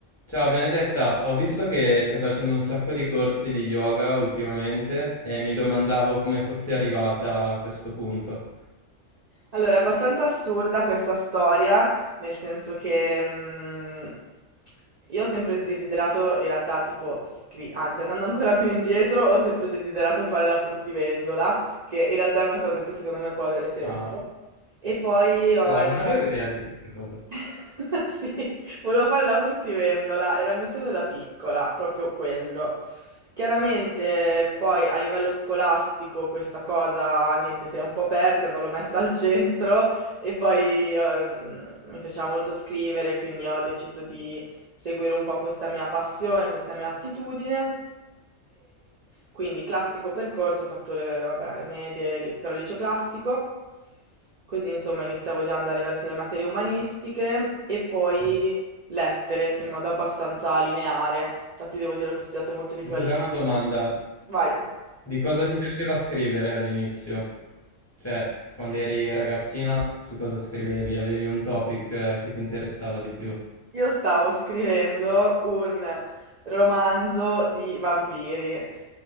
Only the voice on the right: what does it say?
Allora, è abbastanza assurda questa storia, nel senso che mm, io ho sempre desiderato, in realtà, tipo, scri- anzi, andando ancora più indietro, ho sempre desiderato fare la fruttivendola, che in realtà è una cosa che secondo me può avere senso.
E poi ho
in
realtà
<laughs> Sì, volevo fare la fruttivendola, era il mio sogno da piccola, proprio quello. Chiaramente poi a livello scolastico questa cosa, niente, si è un po' persa, non l'ho messa al centro e poi ehm, mi piaceva molto scrivere, quindi ho deciso di seguire un po' questa mia passione, questa mia attitudine quindi classico percorso, ho fatto le, vabbè, le medie, il- però liceo classico, così insomma iniziavo già ad andare verso le materie umanistiche e poi
lettere in modo abbastanza lineare. Infatti devo dire che ho studiato molto di
più
al liceo.
Vai.
Io stavo scrivendo un romanzo di vampiri.